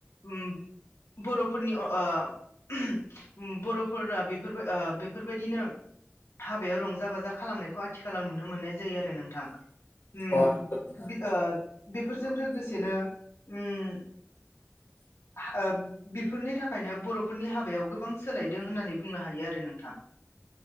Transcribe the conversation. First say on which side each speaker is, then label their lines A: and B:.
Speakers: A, on the left; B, on the left.
A: ओम बर'फोरनि अ ओ बर'फोरा बेफोर ओ बेफोरबायदिनो हाबायाव रंजा बाजा खालामनायखौ आथिखालाव नुनो मोननाय जायो आरो नोंथां। ओम
B: अ नंगौ नोंथां
A: ओ बेफोरजों लोगोसेनो ओम <inaudible> ओ बिफोरनि थाखायनो बर'फोरनि हाबायाव गोबां सोलायदों होननानै बुंनो हायो आरो नोंथां।